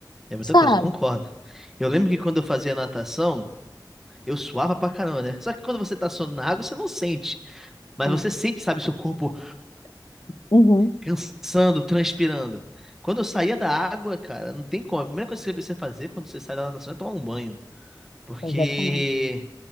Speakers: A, in the centre; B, on the left (about 70°).
A: É muita
B: sabe?
A: coisa, eu concordo. Eu lembro que quando eu fazia natação, eu suava pra caramba, né? Só que quando você tá suando na água, você não sente. Mas
B: É.
A: você sente, sabe, seu corpo
B: Uhum,
A: cansando, transpirando. Quando eu saía da água, cara, não tem como. A primeira coisa que você precisa fazer quando você sai da natação é tomar um banho. Porque
B: exatamente.